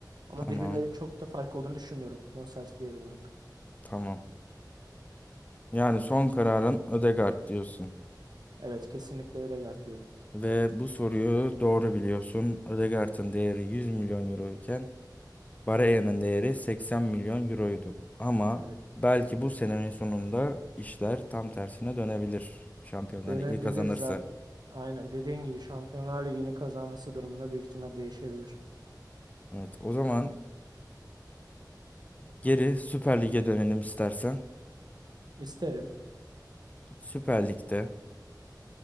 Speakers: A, on the right; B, on the left.
A: Ama
B: Tamam
A: birbirine çok da fark olduğunu düşünmüyorum. Bonservis değeri olarak.
B: tamam. Yani son kararın Odegaard diyorsun.
A: Evet kesinlikle Ödegaard diyorum.
B: Ve bu soruyu doğru biliyorsun. Odegaard'ın değeri 100 milyon euro iken Barella'nın değeri 80 milyon euroydu. Ama
A: Evet
B: belki bu senenin sonunda işler tam tersine dönebilir. Şampiyonlar
A: dönebilir
B: Ligi kazanırsa.
A: zaten. Aynen dediğin gibi Şampiyonlar Ligi'ni kazanması durumunda büyük ihtimal değişebilir.
B: Evet, o zaman Geri Süper Lig'e dönelim istersen.
A: İsterim.
B: Süper Lig'de